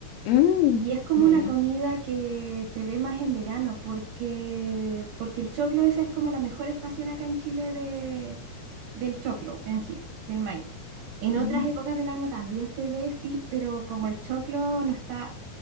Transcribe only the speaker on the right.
Y es como
una comida que se ve más en verano porque, porque el choclo esa es como la mejor estación acá en Chile de, del choclo en sí, del maíz. En
otras épocas del año también se ve, sí, pero como el choclo no está